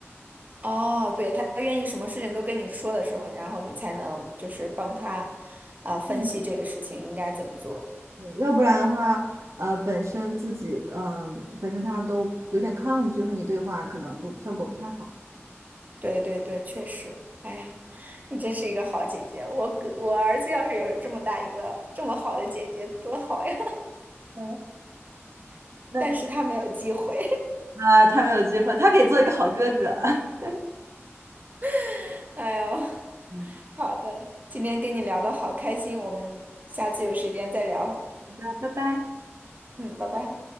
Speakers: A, on the right; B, on the right.
A: 哦，对，他愿意什么事情都跟你说的时候，然后你才能就是帮他，啊、分析这个事情应该怎么做。
B: 嗯。对要不然的话，呃，本身自己，嗯、本身他都有点抗拒和你对话，可能就效果不太好。
A: 对对对，确实。哎呀，你真是一个好姐姐。我哥我儿子要是有这么大一个这么好的姐姐，多好呀！
B: 对，
A: <laughs>
B: 那
A: 但是他没有机会。
B: 呃，他没有机会，他可以做一个好哥哥。<laughs>
A: <laughs> 哎呦，
B: 嗯。
A: 好的，今天跟你聊的好开心，我们下次有时间再聊。
B: 好的，拜拜。
A: 嗯，拜拜。